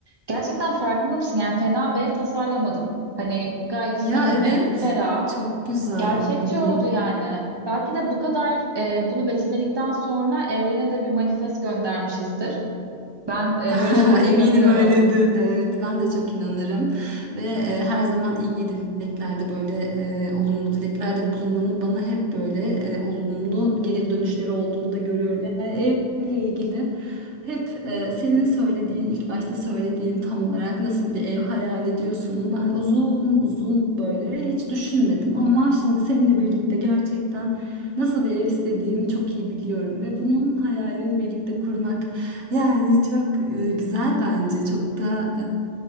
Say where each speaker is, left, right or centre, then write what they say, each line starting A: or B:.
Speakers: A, on the right; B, on the right.
A: Gerçekten farkında mısın? Yani fena bir ev tasarlamadık. Hani gayet samimi,
B: Ya evet,
A: ferah,
B: çok güzel.
A: gerçekçi
B: <laughs>
A: oldu yani. Belki de bu kadar e, bunu betimledikten sonra evrene de bir manifest göndermişizdir. Ben e,
B: <laughs>
A: böyle şeylere
B: Eminim
A: inanıyorum.
B: öyledir. Evet, ben de çok inanırım ve e, her zaman iyi dileklerde böyle e, olumlu dileklerde bulunmanın bana hep böyle e, olumlu geri dönüşleri olduğunu da görüyorum. Yani evle ilgili hep e, senin söylediğin ilk başta söylediğin tam olarak nasıl bir ev hayal ediyorsunu ben uzun uzun böyle hiç düşünmedim ama şimdi seninle birlikte gerçekten nasıl bir ev istediğimi çok iyi biliyorum ve bunun hayalini birlikte kurmak yani çok e, güzel bence. Çok da